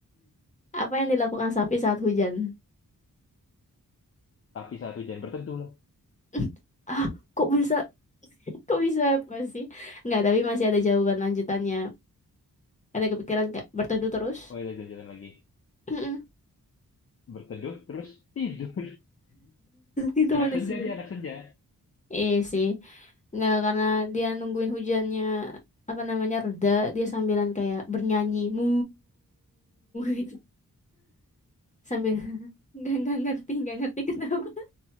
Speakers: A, on the left; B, on the left.
A: Apa yang dilakukan sapi saat hujan?
B: Tapi satu jam berteduh lah.
A: <laughs> Ah, kok bisa? Kok bisa apa sih? Nggak, tapi masih ada jawaban lanjutannya. Ada kepikiran nggak berteduh terus?
B: Oh iya jalan-jalan lagi.
A: <laughs>
B: Berteduh terus tidur. <laughs>
A: Itu
B: Anak
A: mana
B: senja
A: sih?
B: dia anak senja.
A: Iya sih. Nggak, karena dia nungguin hujannya, apa namanya, reda, dia sambilan kayak bernyanyi. mu gitu. <laughs> Sambil nggak nggak ngerti, nggak ngerti kenapa.